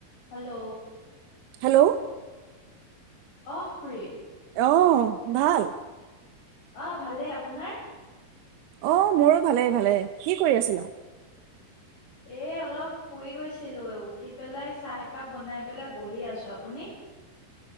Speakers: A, on the left; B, on the right.
A: Hello!
B: Hello!
A: অ' খুৰী।
B: আহ, ভাল?
A: অ' ভালেই। আপোনাৰ?
B: অ' মোৰো ভালেই ভালেই। কি কৰি আছিলা?
A: এই অলপ শুই গৈছিলোঁ, উঠি পেলাই চাহ একাপ বনাই পেলাই বহি আছোঁ। আপুনি?
B: <inaudible>